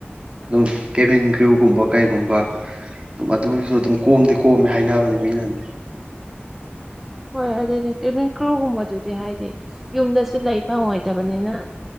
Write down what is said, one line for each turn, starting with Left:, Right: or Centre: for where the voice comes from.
Right: ꯑꯗꯨꯝ ꯀꯦꯚꯟ ꯀꯒ꯭ꯔꯨꯒꯨꯝꯕ ꯀꯩꯒꯨꯝꯕ ꯑꯗꯨꯝ ꯑꯗꯨꯁꯨ ꯑꯗꯨꯝ ꯀꯣꯝꯗꯤ ꯀꯣꯝꯃꯦ ꯍꯥꯏꯅꯕꯅꯤ ꯃꯤꯅꯗꯤ
Centre: ꯍꯣꯏ ꯑꯗꯨꯗꯤ ꯀꯦꯚꯤꯡ ꯀ꯭ꯔꯨꯒꯨꯝꯕꯗꯨꯗꯤ ꯍꯥꯏꯗꯤ ꯌꯨꯝꯗꯁꯨ ꯂꯩ ꯐꯪꯉꯣꯏꯗꯕꯅꯤꯅ